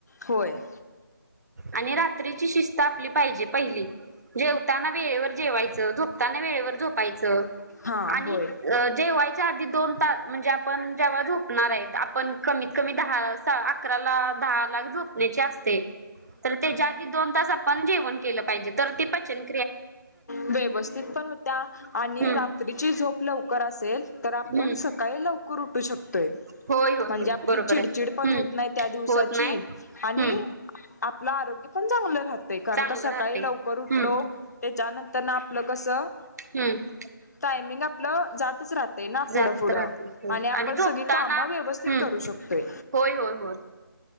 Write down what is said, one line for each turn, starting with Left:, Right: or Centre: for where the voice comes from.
Left: होय
Right: आणि रात्रीची शिस्त आपली पाहिजे पहिली जेव ताना वेळेवर जेवायचं झोपताना वेळेवर झोपायचं
Left: हा
Right: आणि
Left: होय
Right: जेवायच्या आधी दोन तास म्हणजे आपण जेव्हा झोपणार आहे आपण कमीत कमी दहा अकरा ला दहा ला झोपण्याचे असते तर त्याच्या आधी दोन तास आपण जेवण केलं पाहिजे तर ते पचन
Left: व्यवस्थित पण होत्या आणि
Right: हम्म
Left: रात्रीची झोप कुकर असेल तर आपण
Right: हम्म
Left: सकाळी लवकर उठू शकतोय
Right: होय होय
Left: म्हणजे
Right: होय
Left: आपली
Right: बरोबर
Left: चिडचिड
Right: आहे
Left: पण
Right: हम्म
Left: होत नाही त्या दिवसाची
Right: होत नाही.
Left: आणि
Right: हम्म
Left: आपलं आरोग्य पण चांगलं राहात कारण
Right: चांगलं
Left: का सकाळी
Right: राहते हम्म
Left: लवकर लो ते च्या नं तर न आपलं कसं
Right: हम्म
Left: टायमिंग आप आपलं जातच राहत ना
Right: जात
Left: फुढं पुुढं
Right: राहते हो
Left: आणि आपण
Right: झोपताना
Left: सगळी कामं व्यवस्थित
Right: हम्म
Left: करू शकतोय
Right: होय होय होय